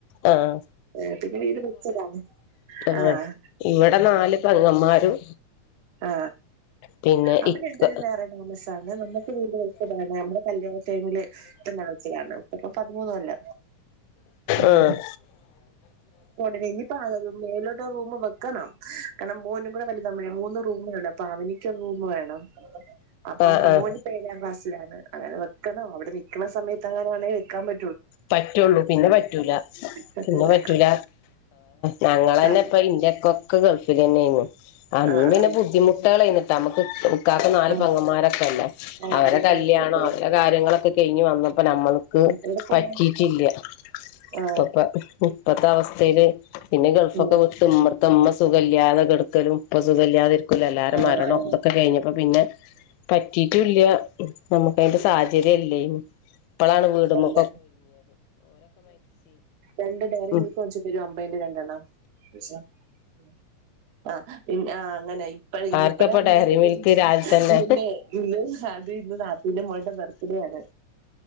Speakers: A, on the left; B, on the right.
A: ആഹ്
B: ഏ പിന്നെ വീട് വെച്ചതാണ്.
A: ആ
B: ആഹ്
A: ഇവടെ നാല് പെങ്ങന്മാരും
B: ആ
A: പിന്നെ
B: അവര്
A: ഇക്ക
B: രണ്ട്പേരും വേറെ താമസാണ് നമ്മുക്ക് വീട് വെച്ചതാണ് നമ്മുടെ കല്യാണ ടൈമില് തന്നെ വച്ചയാ. ഇപ്പപ്പം പതിമൂന്ന് കൊല്ല <unintelligible>
A: ആഹ്
B: ഇനിഞ്ഞിപ്പം അതൊന്നും മേലോട്ട് ഒരു റൂം വെക്ക ക്കണം കാരണം മോനും കൂടെ വലുതാവുമ്പഴേ മൂന്ന് റൂമേ ഉള്ളു അപ്പം അവനിക്ക് ഒരു റൂമ് വേണം. അപ്പ
A: ആഹ് ആഹ്
B: മോനിപ്പം ഏഴാം ക്ലാസ്സിലാണ് അങ്ങനെ വെക്കണം അവിടെ നി ക്കണ സമയത്ത് എങ്ങാനും ആണെങ്കിൽ വെക്കാൻ പ
A: പറ്റുള്ളൂ പിന്നെ പറ്റൂല
B: പറ്റില്ല
A: പിന്നെ പറ്റൂല ഞങ്ങളെന്നെപ്പ
B: ആ
A: ഇന്റെ ഇക്കൊക്കെ ഗൾഫിൽനന്നെനി അന്ന്
B: ആ ആ
A: പിന്നെ ബുദ്ധിമുട്ടേളേനിട്ടോ നമുക്ക് ഇക്കാക്ക് നാല്
B: ആ
A: പൊങ്ങന്മാരൊക്കെല്ലേ
B: ആ
A: അവരെടെ
B: അവരെയൊക്കെ
A: കല്യാണം
B: അയക്കണ്ടേ
A: അവരുടെ കാര്യങ്ങളൊക്കെ കഴിഞ് വന്നപ്പോ നമ്മൾക്ക്
B: എവിടെ പോണു
A: പറ്റിട്ടില്ല
B: ആ
A: ഇപ്പൊപ്പോ ഇപ്പത്തെ അവസ്ഥയില് പിന്നെ ഗൾഫൊക്കെവിട്ടു
B: ഉം
A: ഇവിട്ത്തേ ഇമ്മ സുഖല്ലാതെ കെടക്കലും ഇപ്പ സുഖല്ലാതെ ഇ എല്ലാരെ
B: ആ
A: മരണം
B: ആ
A: ഇതൊക്കെ കഴിഞ്ഞപ്പോ പിന്നെ പറ്റീട്ടുല്ല നമുക്കതിന്റെ സാഹചര്യം ഇല്ലേനി ഇപ്പളാണ് വീട്മ്മ
B: ര രണ്ട് ഡയറി
A: ഉം
B: മിൽക്ക് വെടിച്ചിതരും അമ്പൈന്റെ രണ്ടണ്ണം. <unintelligible> ആ പിന്ന ആ അങ്ങനായി. ഇനിപ്പഴേ
A: ആർക്കപ്പ
B: അതക്കേ
A: ഡയറി
B: വേടിച്ചിട്ട്
A: മിൽക്ക് രാവിലെ തന്നെ
B: ഇന്നെ ഇന്ന് അത് ഇന്ന് നാത്തൂന്റെ മോള്ടെ ബർത്ത്ഡേ യാണ്.